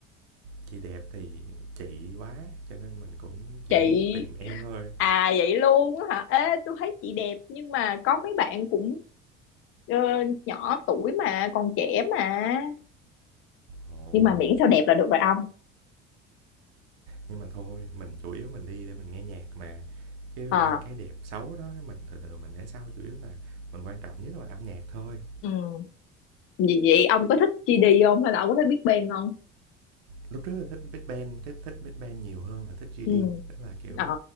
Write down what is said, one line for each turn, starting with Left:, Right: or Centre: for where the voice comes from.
Right: "Chị Đẹp" thì chị quá, cho nên mình cũng chỉ
Left: chị
Right: muốn tìm em thôi.
Left: à vậy luôn á hả ê tôi thấy chị đẹp nhưng mà có mấy bạn cũng ờ, nhỏ tuổi mà còn trẻ mà
Right: Ồ,
Left: nhưng mà miễn sao đẹp là được rồi ông
Right: nhưng mà thôi, mình chủ yếu mình đi để mình nghe nhạc mà, chứ
Left: Ờ
Right: ba cái đẹp xấu đó mình từ từ mình để sau, chủ yếu là mình quan trọng nhất là âm nhạc thôi.
Left: ừ vậy, vậy ông có thích gi đi không hay là ông có thích Big Bang không
Right: Lúc trước là thích Big Bang, thích thích Big Bang nhiều hơn là thích GD,
Left: Ừ.
Right: tức là, kiểu,
Left: Ờ.